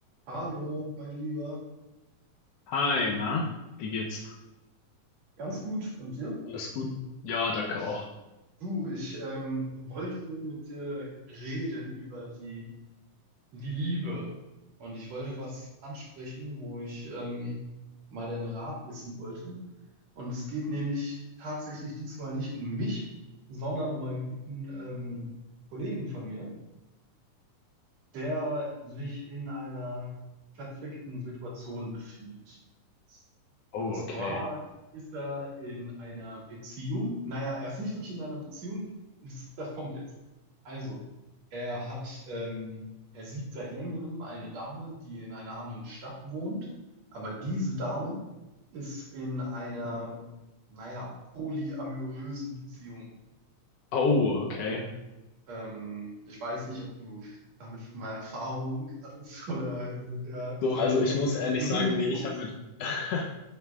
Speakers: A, on the right; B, on the left.
A: Hallo, mein Lieber.
B: Hi, na, wie geht's?
A: Ganz gut. Und dir?
B: Alles gut? Ja, danke auch.
A: Du, ich ähm, wollte mit dir reden über die, die Liebe. Und ich wollte was ansprechen, wo ich ähm, mal deinen Rat wissen wollte. Und es geht nämlich tatsächlich diesmal nicht um mich, sondern um einen guten ähm, Kollegen von mir. der sich in einer verzwickten Situation befindet.
B: Oh,
A: Und zwar
B: okay.
A: ist er in einer Beziehung. Naja, er ist nicht wirklich in einer Beziehung. Das, das kommt jetzt. Also, er hat, ähm, er sieht seit längerem eine Dame, die in einer anderen Stadt wohnt. Aber diese Dame ist in einer, naja, polyamorösen Beziehung.
B: Oh, okay.
A: Ähm, ich weiß nicht, ob du damit schon mal Erfahrung hattest <laughs> oder mit der, mit
B: So,
A: solchen
B: also
A: Leuten
B: ich
A: in
B: muss ehrlich
A: Berührung
B: sagen,
A: gekommen
B: nee, ich
A: bist.
B: habe mit, <laughs>